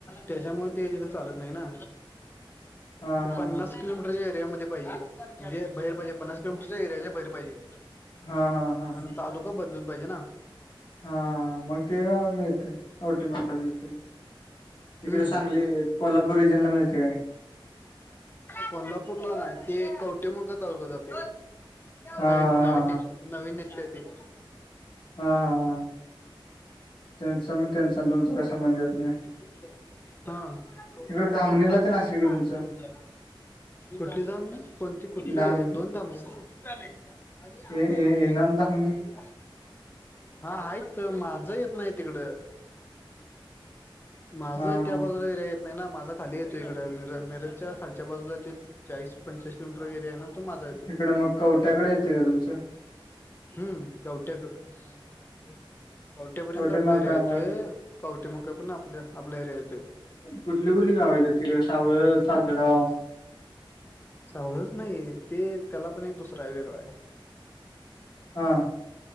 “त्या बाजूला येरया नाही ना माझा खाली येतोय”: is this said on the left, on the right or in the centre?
Left